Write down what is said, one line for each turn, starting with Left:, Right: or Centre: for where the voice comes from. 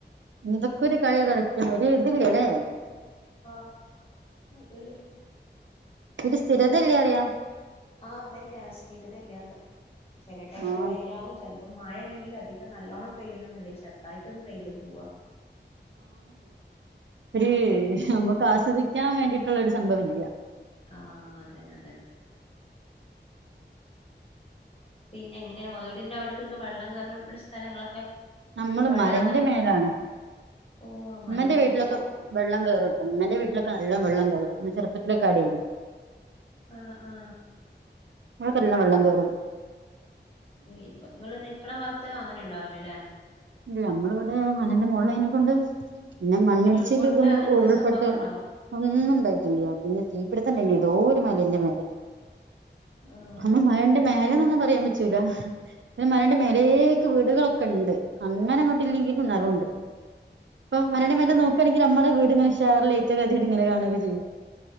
Right: എന്തൊക്കൊരു കളിയാണ് കളിക്കണ ഒരു ഇത് ല്ലലേ
Left: ആഹ് അതല്ലേ
Right: ഒരു സ്ഥിരതല്ലാറിയാ
Left: ആഹ് അതന്നെയ സ്ഥിരതല്ലാത്ത ചെല
Right: ആ
Left: വെയിലാവും പ്പൊ മഴേണെങ്കിലും അധികം നല്ലോണ്ണം പെയ്യ്ണൊന്നുല്ല ചെറുതായിട്ടൊന്ന് പെയ്തു പോവാ
Right: ഒര്
Left: അങ്ങനെയൊക്കെയാണ്
Right: അ നമ്മക്ക് ആസ്വദിക്കാൻ വേണ്ടിയിട്ടുള്ള ഒരു സംഭവം ഇല്ല
Left: ആഹ് അതന്നെ അതന്നെ പിന്നെങ്ങനെയാ വീടിന്റെ അവിടക്കൊക്കെ വെള്ളം കേറ്ണ സ്ഥലങ്ങളൊക്കെ
Right: നമ്മള്
Left: പുഴ
Right: മലന്റെ
Left: അങ്ങനെ
Right: മേലാണ്
Left: ഓ മലന്നെ
Right: ഇമ്മന്റെ വീട്ടിലൊക്കെ
Left: ഉരുൾപൊ
Right: വെള്ളം കേറും മ്മന്റെ വീട്ടിലൊക്കെ നല്ല വെള്ളം കേറും ഞാൻ ചെറുത്തിലൊക്കെ അവിടേനി
Left: ആ ആ
Right: വടൊക്കെ നല്ല വെള്ളം കേറും
Left: ഇപ്പൊ ങ്ങൾനിക്കണ ഭാഗത്ത് അങ്ങനെ ണ്ടാവൂലലേ
Right: നമ്മളിവിടെ മനന്റെ മുകള അനെക്കൊണ്ട് പിന്നെ മണ്ണിടിച്ചൽ
Left: ഉരുൾപൊട്ട്
Right: പിന്നെ
Left: അങ്ങനത്തെ
Right: ഉരുൾപെട്ട
Left: സംഭവൊക്കെ ഉണ്ടോ
Right: ഒന്നും ഉണ്ടായിട്ടില്ല പിന്നെ തീപ്പിടുത്തണ്ടെന്ന് ഏതോരു മലന്റെ മേലേ
Left: ആ
Right: നമ്മ മലന്റെ മേ <unintelligible> ന്നൊന്നും പറയാൻ പറ്റൂല പിന്ന മലന്റെ മേലക്ക് വീടുകളൊക്കെ ഉണ്ട് അങ്ങനെ ഇങ്ങോട്ടില്ലെങ്കി പിന്നാരോണ്ട് ഇപ്പൊ
Left: ആ
Right: വരണ വരെ നോക്കണെങ്കിൽ നമ്മടെ വീട് ഇങ്ങനെ ഷെർൽ ലൈറ്റ്ഒക്ക കത്തിട്ട് ഇങ്ങെ കാണുക്കെ ചെയ്യും